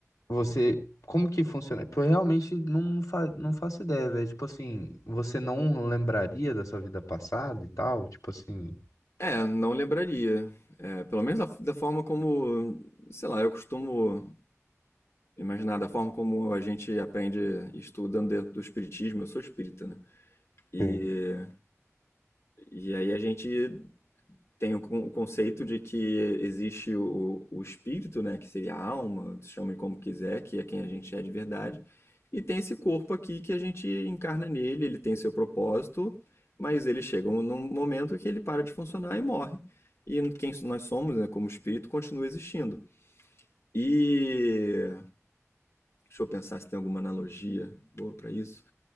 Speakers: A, on the left; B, on the left.
A: você, como que funciona? Porque eu realmente não, fa, não faço ideia, velho. Tipo assim, você não lembraria da sua vida passada e tal? Tipo assim.
B: É, não lembraria. É, pelo menos da, da forma como, sei lá, eu costumo imaginar, da forma como a gente aprende estudando dentro do espiritismo. Eu sou espírita, né? E,
A: Sim.
B: e aí a gente Tem o, con- o conceito de que existe o, o espírito, né, que seria a alma, chame como quiser, que é quem a gente é de verdade, e tem esse corpo aqui que a gente encarna nele, ele tem seu propósito, mas ele chega um- num momento que ele para de funcionar e morre. E quem nós somos, né, como espírito, continua existindo. E deixa eu pensar se tem alguma analogia boa para isso.